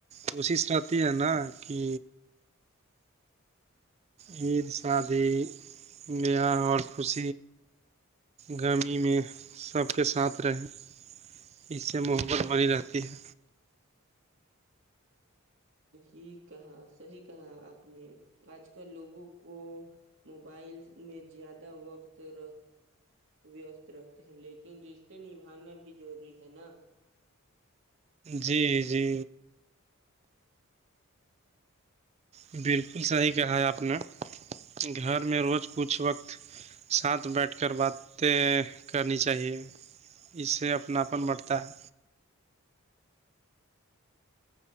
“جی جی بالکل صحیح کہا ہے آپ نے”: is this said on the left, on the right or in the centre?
Right